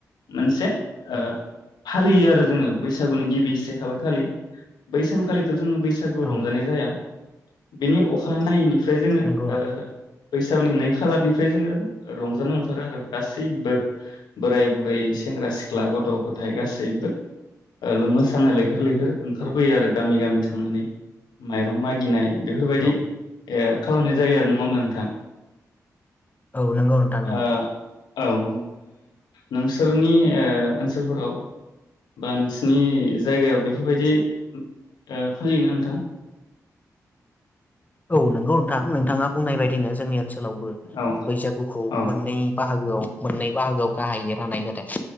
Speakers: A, on the left; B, on the left.
A: मोनसे ओ फालियो आरो जोङो बैसागुनि गिबि गसे खालार खालि। बै सानखालिथ' जोङो बैसागु
B: औ
A: रंजानाय जाया। बेनि अखानायैनि फ्राय जोङो
B: नंगौ नोंथां
A: ओ बैसागुनि नै खालारनिफ्राय जोङो रंजानो ओंखारो आरो गासैबो बोराय-बुरै, सेंग्रा-सिख्ला, गथ'-गथाय गासैबो। ओ मोसानो लैहोर लैहोर-लैहोर ओ ओंखारबोयो
B: औ
A: आरो गामि गामि। थांनानै माइरं मागिनाय बेफोरबायदि
B: औ
A: खालामनाय जायो आरो। नङा होमबा नोंथां?
B: औ नंगौ नोंथां नांगौ
A: ओ औ ओ नोंसोरनि ओ ओनसोलफोराव बा नोंसिनि जायगायाव बेफोरबायदि ओ फालियोना नोंथां?
B: औ नंगौ नोंथां नोंथाङा बुंनाय बायदिनो जोंनि ओनसो लावबो
A: औ
B: बैसागुखौ
A: औ
B: मोननै बा हागोआव मोननै बाहागोआव गाहायै राननाय जादों।